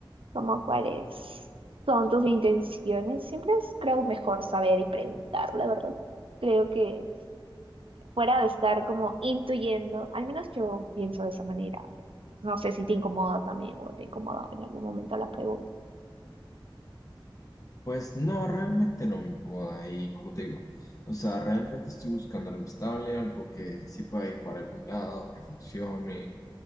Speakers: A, on the right; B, on the left.
A: como cuáles son tus intenciones. Siempre es creo mejor saber y preguntar, la verdad. Creo que fuera de estar como intuyendo, al menos yo pienso de esa manera. No sé si te incomoda también o te incomoda en algún momento la pregunta.
B: Pues no, realmente no me incomoda y como te digo, o sea, realmente estoy buscando algo estable, algo que sí pueda ir para algún lado, que funcione,